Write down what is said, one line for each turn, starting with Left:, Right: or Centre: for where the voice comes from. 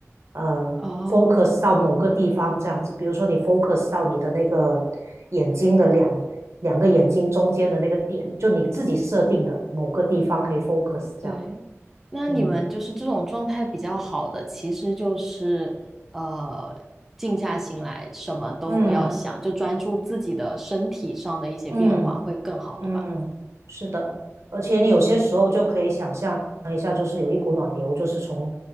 Right: 嗯
Centre: 哦。
Right: focus 到某个地方这样子，比如说你 focus 到你的那个眼睛的两两个眼睛中间的那个点，就你自己设定的某个地方可以 focus 这样。
Centre: 对，那你们就是这种状态比较好的，
Right: 嗯
Centre: 其实就是呃，静下心来，什么都不要想，
Right: 嗯
Centre: 就专注自己的身体上的一些变化会更好，
Right: 嗯。嗯，
Centre: 对吧？
Right: 是的，而且你有些时候就可以想象一下，
Centre: 嗯
Right: 就是有一股暖流，就是从